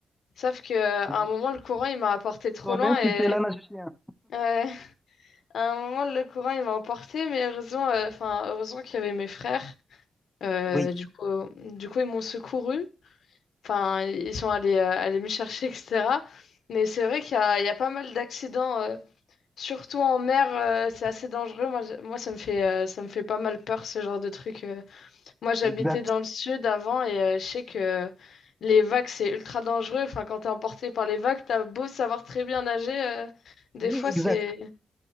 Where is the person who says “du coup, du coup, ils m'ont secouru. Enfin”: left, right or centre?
Left